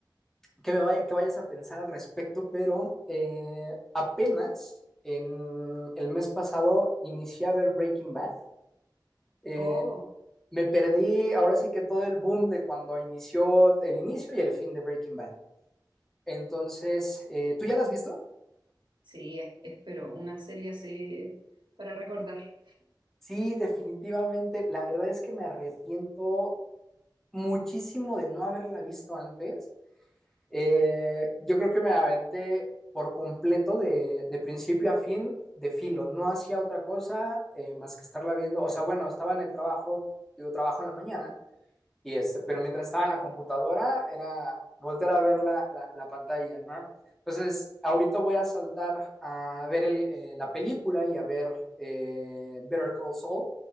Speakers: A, in the centre; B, on the right.
A: qué me vaya- qué vayas a pensar al respecto, pero eh, apenas en el mes pasado inicié a ver Breaking Bad. Eh,
B: Oh,
A: me perdí ahora sí que todo el boom de cuando inició el inicio y el fin de Breaking Bad. Entonces, eh, ¿tú ya la has visto?
B: sí, es- espero una serie así para recordar.
A: Sí, definitivamente. La verdad es que me arrepiento muchísimo de no haberla visto antes. Eh, yo creo que me la aventé por completo de, de principio a fin de filo. No hacía otra cosa eh, más que estarla viendo. O sea, bueno, estaba en el trabajo, digo, trabajo en la mañana, y este, pero mientras estaba en la computadora, era volver a ver la, la, la pantalla, ¿no? Entonces, ahorita voy a saltar a ver el, eh, la película y a ver eh, Better Call Saul,